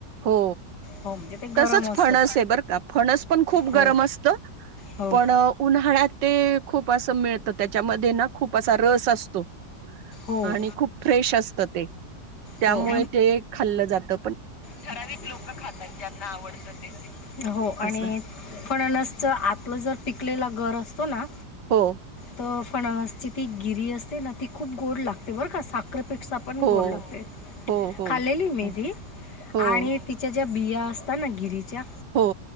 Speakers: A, on the right; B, on the left.
A: हो
B: हो म्हणजे ते गरम
A: तसच
B: असतं
A: फणस आहे बर का फणस पण खूप
B: हो.
A: गरम असत.
B: हो
A: पण उन्हाळ्यात ते खूप असं मिळतं त्याच्यामध्ये ना खूप असा रस असतो.
B: हो
A: आणि खूप फ्रेश असत ते त्यामुळे
B: हो
A: ते खाल्लं जात.
B: ठराविक लोक खातात ज्यांना आवडत ते हो
A: असं
B: आणि फणसच आतलं जर पिकलेला घर असतो ना
A: हो.
B: तर फणावासची ती गिरी असते ना ती खूप गोड लागते बरं का साखरेपेठ पण
A: हो
B: गोड लागते.
A: हो हो
B: खाल्लेली मी
A: हो
B: ती
A: हो
B: आणि तिच्या ज्या बिया असतात ना गिरीच्या
A: हो.